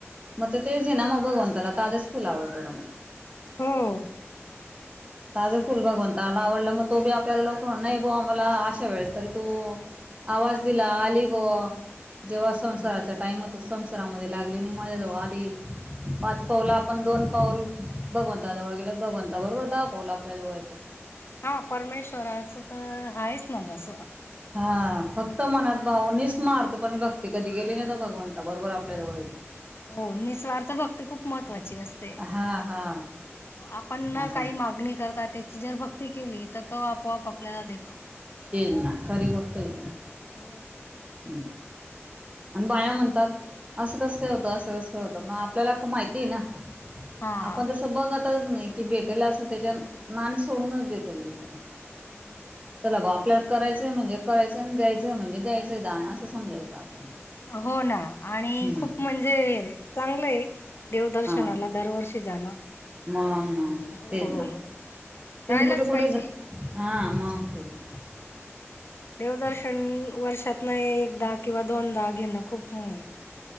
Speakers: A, on the right; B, on the left.
A: म तेज ना मबागणत त्याला ताच फुल आवडतम्म
B: हो.
A: त फुल भगव ला आवडला मग तो बी आपल्याला लवकर नाही ब मला अशा वेळेस तरी तू आवाज दिला आली ब जेव्हा
B: हम्म
A: संसाराचा टाइम हो संसारामध्ये लागले नाही सजात वाढडी पाच पाऊला आपण दोन पाऊल भगवंताजवळ गेल भगवंता बरोबर दा पावला आपल्या जवळ येतो
B: हा परमेश्वराचं तर आहेाच ना जसं.
A: हा फक्त मनात भाऊ नस मार्त ण भक्ती कधी गेली ना ना भगवंता बरोबर आपल्या जवळची
B: हो निसवार्थ भक्ती खूप महत्वाची असते
A: हा हा
B: आपण
A: असं
B: काही मागणी करता त्याची जर भ केली. तर तो आपोआप आपल्याला देतो.
A: हन ना खरी कष्टो ये ना
B: हो
A: हमं. आणि बाया म्हणतात असं कसं काय होतं असं कस काय होतं म आपल्याला माहिती आहे ना.
B: हा.
A: आपण तस बघत. नाही की भेटेला असं त्याच्या नाणी सोडूनच देतो बिलकोून
B: हम्म.
A: चला ग आपल्याला करायचंय म्हणजे करायचंय आणि द्यायचंय म्हणजे द्यायंयधानण असं समजायचं आपण
B: हो ना आणि
A: हम्म
B: खूप म्हणजे चांगलं आहे. देवदर्शनाला
A: हा
B: दरवर्षी जाणं
A: मग मग
B: हो
A: तेच ना
B: हो
A: तुम्ही
B: जायलाच
A: कुठे कुठे
B: पाहिजे
A: जा हा मग तेच ना
B: देवदर्शन वर्षात नाही. एकदा किंवाधोनंद घेणं खूप हो